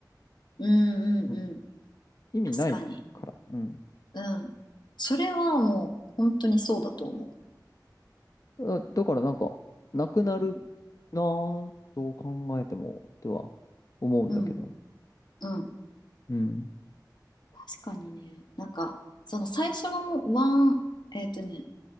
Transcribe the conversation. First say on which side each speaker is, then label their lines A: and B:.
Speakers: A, on the left (about 75°); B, on the left (about 50°).
A: うん、
B: うん
A: うん、うん。
B: 意味ないから。
A: 確かに。
B: うん。
A: うん。それはもう、本当にそうだと思
B: だだからなんか、なくなる
A: う。うん、
B: なぁと考えても、っては思うんだけど。
A: うん、うん。
B: うん。
A: 確かにね。なんか、その最初のワン、えっとね、